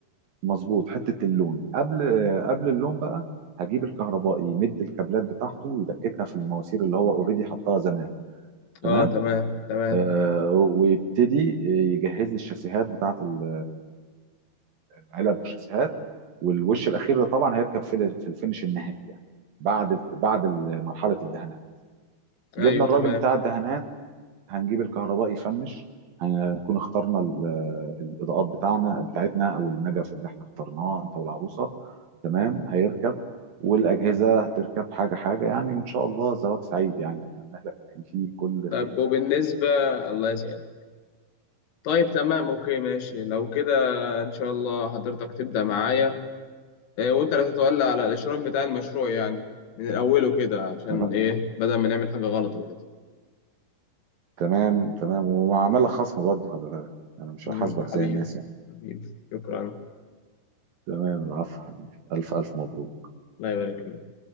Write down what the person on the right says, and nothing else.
مظبوط حته اللون قبل قبل اللون بقى هجيب الكهربائي يمد الكابلات بتاعته ويدككها في المواسير اللي هو اوريدي حطها زمان تمام
آه ويبتدي يجهز لي الشاسيهات بتاعت ال- العلب والشاسيهات والوش الاخير ده طبعا هيركب في ال- في الفينش النهائي يعني بعد بعد مرحله الدهانات
جبنا
الراجل بتاع الدهانات هنجيب الكهرباء يفنش هنكون اخترنا ال- الاضاءات بتاعنا بتاعتنا او النجف اللي احنا اخترناه انت والعروسه تمام هيركب والاجهزه هتركب حاجه حاجه يعني وان شاء الله زواج سعيد يعني اتمنى لك فيه كل
خير
تمام
تمام تمام ومع عملك خصم برضه خلي بالك انا مش
هحاسبك زي
الناس يعني
تمام العفو حبيبي الف الف مبروك